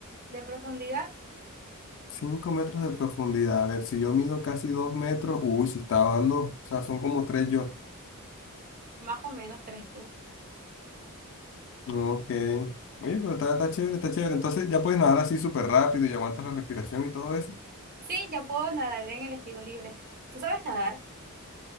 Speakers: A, on the right; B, on the left.
A: de profundidad?
B: cinco metros de profundidad. A ver, si yo mido casi dos metros, uy, si estaba dando, o sea, son como tres yo.
A: Más o menos 3 tú.
B: Ok. Oye, pero está, está chévere, está chévere. Entonces ya puedes nadar así súper rápido y aguantas la respiración y todo eso.
A: Sí, ya puedo nadar en el estilo libre. ¿Tú sabes nadar?